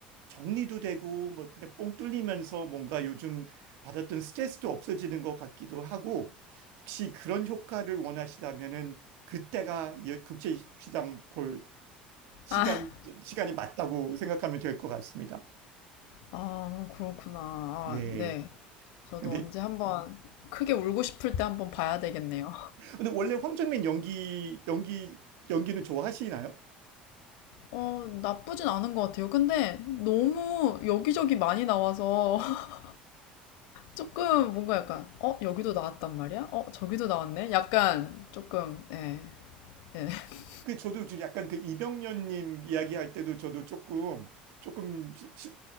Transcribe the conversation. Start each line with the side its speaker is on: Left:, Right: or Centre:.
Right: 정리도 되고 뭐 그냥 뽕 뚫리면서 뭔가 요즘 받았던 스트레스도 없어지는 것 같기도 하고 혹시 그런 효과를 원하시다면은 그때가 이 국제시장 볼 시간
Left: 아,
Right: 시간이 맞다고 생각하면 될 것 같습니다.
Left: 아, 그렇구나. 아,
Right: 네.
Left: 네. 저도
Right: 근데
Left: 언제 한번 크게 울고 싶을 때 한번 봐야 되겠네요.
Right: 근데 원래 황정민 연기 연기 연기는 좋아하시나요?
Left: 어, 나쁘진 않은 것 같아요. 근데 너무 여기저기 많이 나와서 <laughs> 조금 뭔가 약간, 어, 여기도 나왔단 말이야? 어, 저기도 나왔네? 약간 조금, 예, 예. <laughs>
Right: 그 저도 지금 약간 그 이병련님 이야기할 때도 저도 조금 조금 시- 시-